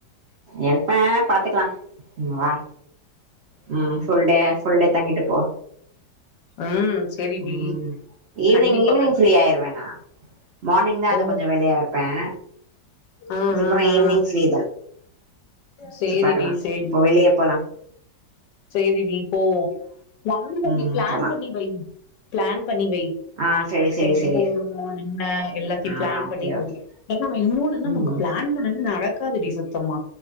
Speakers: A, on the right; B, on the left.
A: இருப்பேன் பாத்துக்கலாம் நீ வா ம் ஃபுல் டே ஃபுல் டே தங்கிட்டு போ
B: ம் சேரிடி
A: ம் ஈவினிங்
B: கண்டிப்பா
A: ஈவினிங் ஃப்ரீ ஆயிருவேன் நா மார்னிங் தா
B: போவோ
A: அத கொஞ்சோ வேலையா இருப்பேன்
B: ஆ
A: அதுக்கப்றோ
B: ஆ
A: ஈவினிங்
B: ஆ
A: ஃப்ரீ தான்
B: சேரிடி
A: சரி பாக்கலா
B: சேரி
A: இப்போ வெளிய போலாம்
B: சேரிடி போவோம் பிளான் பண்ணி
A: ம்
B: பிளான்
A: போலா
B: பண்ணி வை பிளான் பண்ணி வை
A: ஆ செரி செரி
B: எங்க
A: செரி
B: போறோ என்ன எல்லாத்தையு
A: ஆ
B: பிளான்
A: ஓகே
B: பண்ணி வை
A: ஓகே
B: ஆனா இன்னொன்னு நமக்கு
A: ம்
B: பிளான் பண்ணது நடக்காது டி சுத்தமா